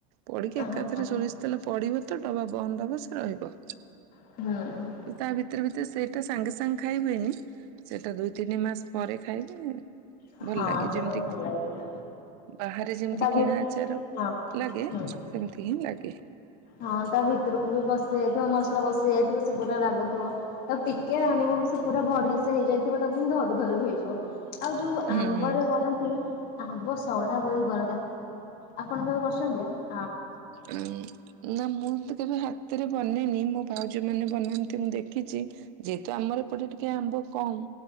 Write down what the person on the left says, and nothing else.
ହଁ
ହୁଁ।
ହଁ
ସେଇଟା
ବି ଭଲ ଲାଗିବ
ତା ଭି
ହଁ
ହୁଁ
ହଁ ତା ଭିତରକୁବି ପଶି ଯାଇଥିବ ମସଲା ପଶି ଯାଇଥିବ ସେପୁରା ଲାଗୁଥିବ ତାକୁ ଟିକେ ଆଣିବବି ସେପୁରା ବଢିଆସେ ହେଇଯାଇଥିବ ତାକୁ ଧରୁ ଧରୁବି ହେଇଯିବ ଆଉ ଯୋଉ
ଆମ୍ବରେ କରନ୍ତି ଆମ୍ବ ସଢା ବ ସରାଟା ଆପଣ କେବେ କରିଚନ୍ତି ଆ